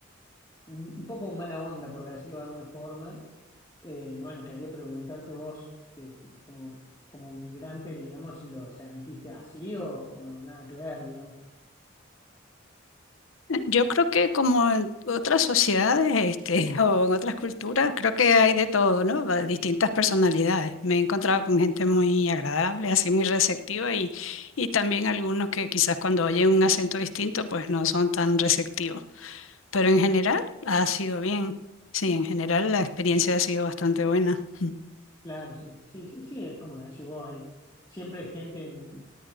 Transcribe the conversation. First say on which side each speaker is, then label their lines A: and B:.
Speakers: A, on the left (about 20°); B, on the left (about 85°).
A: un poco mala onda, por decirlo de alguna forma. Eh, y bueno, quería preguntarte vos, eh, como, como migrante, digamos, si lo sentiste así o, o nada que ver, digamos.
B: Yo creo que como en otras sociedades, este, <laughs> o en otras culturas, creo que hay de todo, ¿no? Va- Distintas personalidades. Me he encontrado con gente muy agradable, así muy receptiva y, y también algunos que quizás cuando oyen un acento distinto, pues no son tan receptivos. Pero en general ha sido bien. Sí, en general la experiencia ha sido bastante buena. <laughs>
A: Claro, sí, sí, sí, sí, es como decís vos, hay siempre hay gente en-